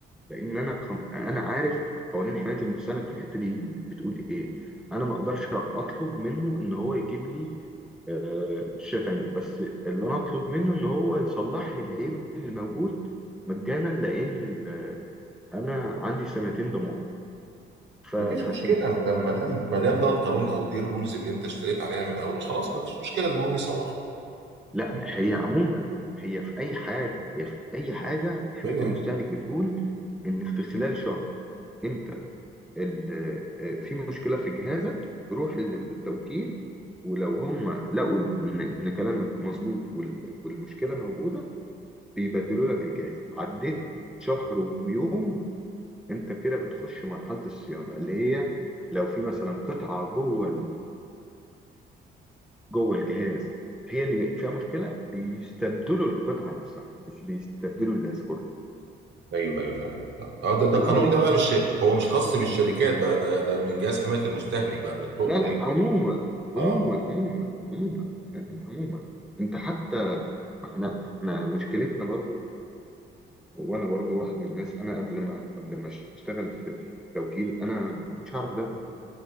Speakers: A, in the centre; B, on the right (about 65°).
A: لان انا قم... انا عارف قوانين حماية المستهلك في الحتة دي بتقول ايه انا ما اقدرش اطلب منه ان هو يجيب لي آه شاشة تانية بس اللي انا اطلب منه ان هو يصلح لي العيب اللي موجود مجانا لان ال... انا عندي سنتين ضمان ف-
B: مفيش
A: فسنة
B: مشكله ما دام ما دام ما دام ده القانون او دي الرولز اللي انت اشتريت عليها من الاول خلاص مفيش مشكله المهم يصلحها
A: لا
B: مم.
A: هي عموما هي في أي حاجة هي في أي حاجة حماية
B: ايوه
A: المستهلك بتقول إن في خلال شهر أنت ال- في مشكلة في جهازك روح للتوكيل ولو هم لقوا إن إن كلامك مظبوط وال- والمشكلة موجودة بيبدلوا لك الجهاز عديت شهر ويوم أنت كده بتخش مرحلة الصيانة اللي هي لو في مثلا قطعة جوه جوه الجهاز هي اللي فيها مشكله بيستبدلوا القطعه نفسها مش بيستبدلوا الجهاز كله
B: ايوه ايوه فاهم فاهم. اه ده ده
A: هما
B: قانون
A: بي...
B: ده بقى مش هو مش خاص بالشركات ده ده ده من جهاز حمايه المستهلك بقى من الطوق
A: لا
B: من
A: لا
B: ال...
A: عموما عموما
B: اه
A: عموما عموما يعني عموما انت حتى ما احنا احنا مشكلتنا برضو وانا برضو واحد من الناس انا قبل ما قبل ما اشتغل في, في, في توكيل انا ما كنتش اعرف ده